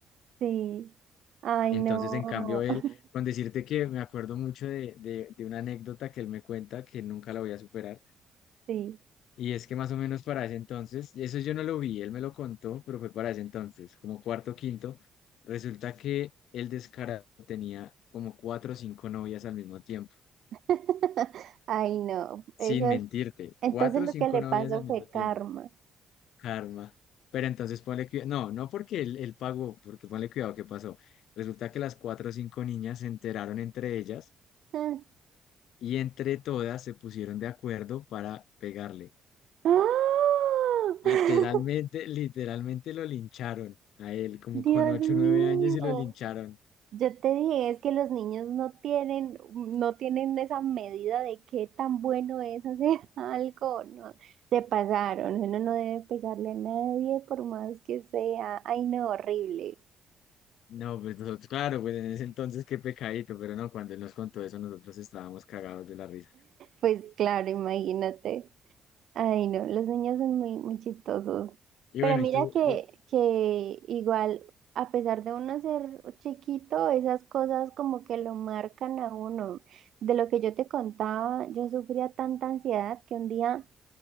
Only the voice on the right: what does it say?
sí. Ay,
no.
<laughs>
Sí.
<laughs> Ay, no,
eso es.
Entonces
lo
que le
pasó
fue
karma.
Ah.
¡Ah! <laughs>
Dios
mío.
Yo te dije, es que los niños no tienen, no tienen esa medida de qué tan bueno es hacer <laughs> algo, ¿no? Se pasaron, uno no debe pegarle a nadie por más que sea. Ay, no, horrible.
Pues claro, imagínate. Ay, no, los niños son muy, muy chistosos.
Pero
mira
que,
que igual, a pesar de uno ser chiquito, esas cosas como que lo marcan a uno. De lo que yo te contaba, yo sufría tanta ansiedad que un día